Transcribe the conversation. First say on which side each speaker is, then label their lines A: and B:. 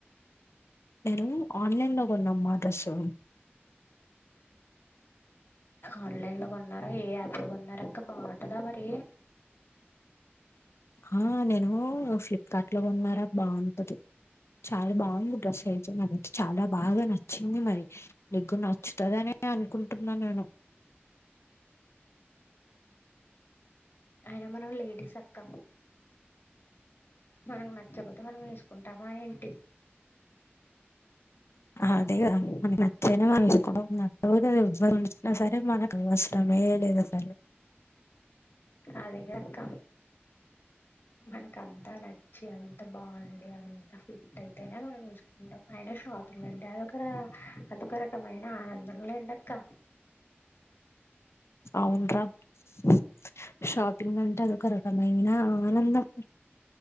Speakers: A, on the left; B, on the left.
A: నేను ఆన్లైన్ లో కొన్నాను ఆ డ్రస్సు
B: ఆన్లైన్ లో కొన్నారా ఏ యాప్ లొ కొన్నారక్క బాగుంటందా మరి
A: ఆ నేను ఫ్లిప్కార్ట్ లో కోన్నారా బాగుంటది చాలా బాగుంది డ్రెస్ అయితే నాకైతే చాలా బాగా నచ్చింది మరి నీకు నచ్చుతుదని అనుకుంటున్నా నేను
B: అయిన మనం లేడీస్ అక్క మనకు నచ్చకపోతే మనం వేసుకుంటామా ఏంటి
A: అదే కదా మనకు నచ్చితేనే మనకో నట్టపోదు ఎవ్వరుఏమన్నా సరే మనకు అవసరమే లేదు సరే
B: అదేగా అక్క మనకంతా నచ్చి అంత బాగుంది అంత ఫిట్ అయితేనే మనం వేసుకుంటాం అయిన షాపింగ్ అంటే అదొక అదొక రకమైన ఆనందం లేండ అక్క
A: అవునురా షాక్ షాపింగ్ అంటే అదొ ఒక రకమైన ఆనందం